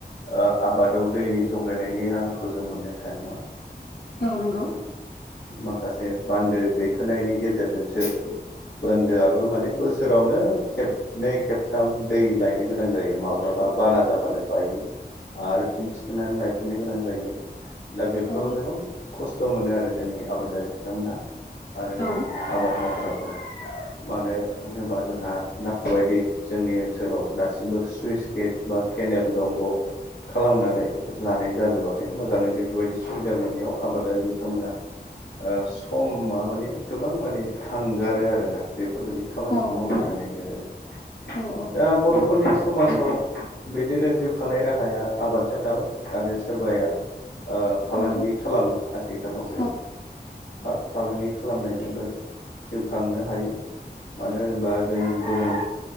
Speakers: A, on the left (about 85°); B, on the left (about 65°).
A: ओ आबादाव दैनि जगायनायनि राहाखौ जों मोननो थाङा
B: औ नंगौ
A: माखासे बान्दो दैखोनायनि गेजेरजोंसो बोनदोआबो माने बोसोरावनो खेब नै खेबथाम दै लायनो गोनां जायो माब्लाबा बाना जाबानो बायो। आरो फिन थिखोननानै लायफिननो गोनां जायो दा बेफोराव
B: औ
A: गोबां खस्थ' मोनो आरो जोंनि आबादारि बिथांमोनहा आरो
B: औ
A: आबाद मावग्राफोराबो मानो होनोबा जोंहा नांगौबायदि जोंनि ओनसोलाव दासिमबो सुइस गेट बा केनेल दंग' खालामनानै लानाय जाजोबाखै मोजाङै बेफोरबायदि सुबिदा मोनैयाव आबादारि बिथांमोनहा ओ समा माने गोबां माने थांगारो आरो ना बेफोरबायदि खामानिखौ
B: औ
A: मावबाय
B: नंगौ
A: थानायनि गेजेराव
B: औ औ
A: दा बर'फोरनि समाजाव बिदिनो जिउ खांनाय राहाया आबादजों थाबाय आरो सोरबाया ओ फालांगि
B: औ
A: खालामो आथिखालाव
B: औ
A: फा फालांगि खालामनायजोंबो जिउ खांनो हायो मानो होनोबा जों गुबुन